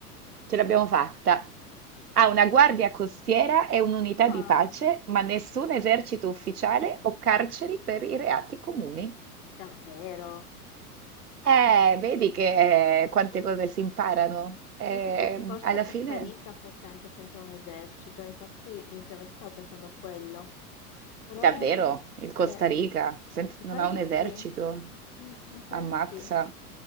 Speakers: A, on the right (about 75°); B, on the left (about 40°).
A: Ce l'abbiamo fatta. Ha una guardia costiera e un'unità di
B: Ah,
A: pace, ma nessun esercito ufficiale o carceri per i reati comuni.
B: davvero?
A: Eh, vedi che eh, quante cose si imparano. Eh,
B: Non sapevo che forse
A: alla
B: Costa
A: fine.
B: Rica fosse anche senza un esercito, infatti inizialmente stavo pensando a quello. Però,
A: Davvero? Il Costa
B: se,
A: Rica Senz-
B: mi
A: non
B: pare
A: ha
B: di
A: un esercito?
B: sì, Mm, mi pare
A: Ammazza.
B: di sì.